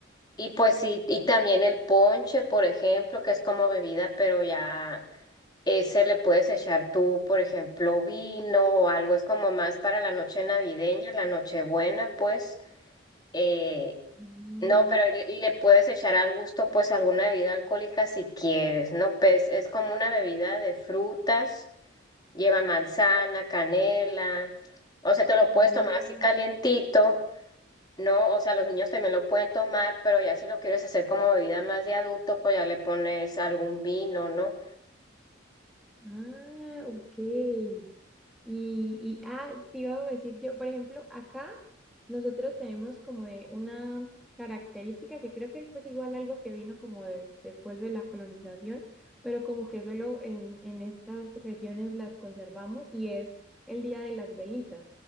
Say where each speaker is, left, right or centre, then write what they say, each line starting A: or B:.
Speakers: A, on the left; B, in the centre.
A: y pues sí, y también el ponche, por ejemplo, que es como bebida, pero ya ese le puedes echar tú, por ejemplo, vino o algo, es como más para la noche navideña, la Nochebuena, pues. eh,
B: Ah,
A: no, pero y le, y le puedes echar al gusto, pues, alguna bebida alcohólica si quieres, ¿no? Pues es como una bebida de frutas, lleva manzana, canela, o sea, te lo puedes
B: ah,
A: tomar así calientito. No, o sea, los niños también lo pueden tomar, pero ya si lo quieres hacer como bebida más de adulto, pues ya le pones algún vino, ¿no?
B: ah, ok. Y, y, ah, te iba a decir yo, por ejemplo, acá nosotros tenemos como de una característica que creo que es pues igual algo que vino como de- después de la colonización, pero como que solo en, en estas regiones las conservamos y es el Día de las Velitas,